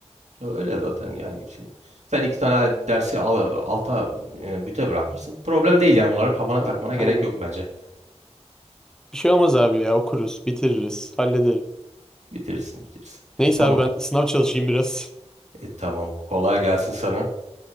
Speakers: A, on the right; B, in the centre.
A: Öyle zaten yani şimdi. Sen iki tane dersi al, alta e, büte bırakmışsın. Problem değil yani bunları kafana takmana
B: Ha, aynen.
A: gerek yok bence.
B: Bir şey olmaz abi ya okuruz bitiririz hallederiz.
A: Bitirirsin bitirirsin.
B: Neyse
A: E tamam.
B: abi ben sınav çalışayım biraz.
A: E tamam. Kolay gelsin sana.